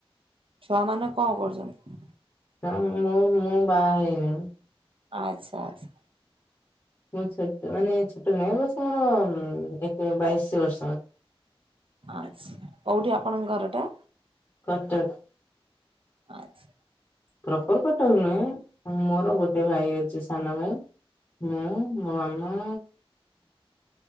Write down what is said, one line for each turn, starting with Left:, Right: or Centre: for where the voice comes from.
Right: ଛୁଆମାନେ କଣ କରୁଚନ୍ତି?
Left: ତ ମୁଁ ମୁଁ ବାହା ହେଇନି।
Right: ଆଚ୍ଛା ଆଚ୍ଛା।
Left: ମୁଁ ଛୋଟ ମାନେ ଛୋଟ ନାହିଁ ବୟସ ମୋର ଏକ ବାଇଶ ବର୍ଷ।
Right: ଆଛ୍ କୋଉଠି ଆପଣଙ୍କ ଘର ଟା?
Left: କଟକ୍।
Right: ଆଛ୍
Left: ପ୍ରପର୍ କଟକ୍ ନୁହେଁ ମୋର ଗୋଟେ ଭାଇ ଅଛି ସାନ ଭାଇ ମୁଁ ମୋ ମାମା